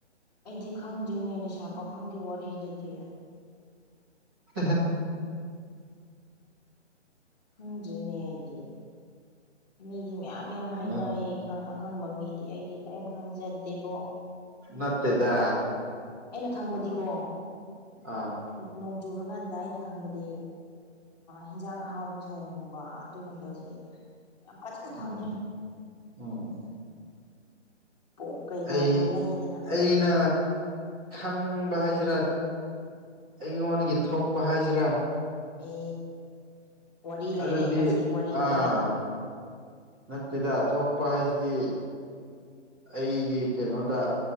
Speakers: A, on the left; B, on the right.
A: ꯑꯩꯗꯤ ꯈꯪꯗ꯭ꯣꯏꯅꯦ ꯅꯤꯁꯥ ꯄꯥꯈꯪꯒꯤ ꯋꯥꯔꯤꯗꯗꯤ
B: ꯍ
A: ꯍꯪꯗ꯭ꯔꯤꯅꯦ ꯑꯩꯗꯤ ꯃꯤꯗꯤ ꯃꯌꯥꯝ ꯌꯥꯝ ꯍꯥꯏꯅꯩꯌꯦ
B: ꯅꯠ
A: ꯑꯈꯪꯕ ꯃꯤꯗꯤ ꯑꯩꯗꯤ ꯀꯔꯤꯝ ꯈꯪꯖꯗꯦꯕꯣ
B: ꯅꯠꯇꯦꯗ
A: ꯑꯩꯅ ꯈꯪꯕꯗꯤꯀꯣ
B: ꯑꯥ
A: ꯅꯣꯡ ꯆꯨꯔꯀꯥꯟꯗ ꯑꯩꯅ ꯈꯪꯕꯗꯤ ꯍꯤꯟꯖꯥꯡ ꯑꯍꯥꯎꯕ ꯊꯣꯡꯕ ꯑꯗꯨꯒꯨꯝꯕꯗꯤ ꯌꯥꯝ ꯐꯖꯅ
B: ꯎꯝ
A: ꯈꯪꯉꯦ
B: ꯎꯝ ꯎ
A: ꯄꯣꯛ ꯀꯩꯀꯥꯗꯣ
B: ꯑꯩ
A: ꯂꯩꯗꯅ
B: ꯑꯩꯅ ꯈꯪ ꯍꯥꯏꯁꯤꯔꯥ ꯑꯩꯉꯣꯟꯗꯒꯤ ꯊꯣꯛꯄ ꯍꯥꯏꯁꯤꯔꯥ
A: ꯃꯤ ꯋꯥꯔꯤ ꯂꯩꯔꯦ
B: ꯑꯗꯨꯗꯤ
A: ꯃꯁꯤ ꯋꯥꯔꯤ ꯂꯩꯔꯦ
B: ꯑꯥ ꯅꯠꯇꯦꯗ ꯊꯣꯛꯄ ꯍꯥꯏꯁꯤꯗꯤ ꯑꯩꯒꯤ ꯀꯩꯅꯣꯗ